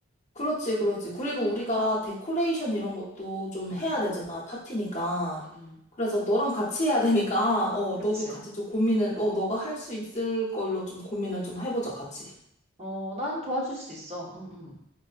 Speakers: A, on the left; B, on the right.
A: 그렇지, 그렇지. 그리고 우리가 데코레이션 이런 것도 좀
B: 응응응
A: 해야 되잖아, 파티니까.
B: 응응
A: 그래서 너랑 같이 해야 되니까, 어,
B: 그치.
A: 너도 같이 좀 고민을, 어, 너가 할 수 있을 걸로 좀 고민을 좀 해보자, 같이.
B: 어, 난 도와줄 수 있어. 응응